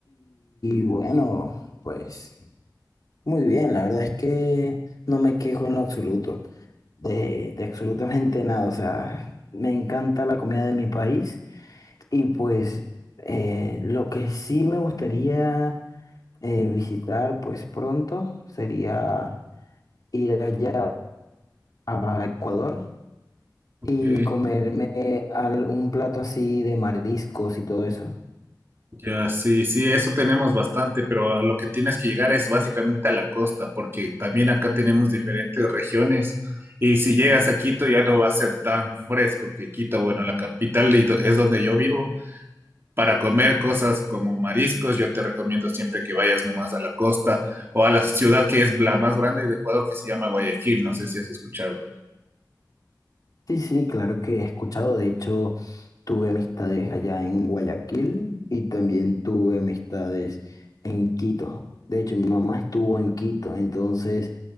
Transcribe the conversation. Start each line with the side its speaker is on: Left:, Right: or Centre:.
Left: bueno, pues muy bien, la verdad es que no me quejo en lo absoluto, de, de absolutamente nada. O sea, me encanta la comida de mi país y pues eh, lo que sí me gustaría... Eh, visitar, pues pronto sería ir allá a Ecuador
Right: ok.
Left: y comerme al- un plato así de mariscos y todo eso.
Right: Ya, sí, sí, eso tenemos bastante, pero a lo que tienes que llegar es básicamente a la costa, porque también acá tenemos diferentes regiones y si llegas a Quito ya no va a ser tan fresco que Quito, bueno, la capital y do- es donde yo vivo. Para comer cosas como mariscos, yo te recomiendo siempre que vayas nomás a la costa o a la ciudad que es la más grande de Ecuador, que se llama Guayaquil, no sé si has escuchado.
Left: Sí, sí, claro que he escuchado. De hecho, tuve amistades allá en Guayaquil y también tuve amistades en Quito. De hecho, mi mamá estuvo en Quito, entonces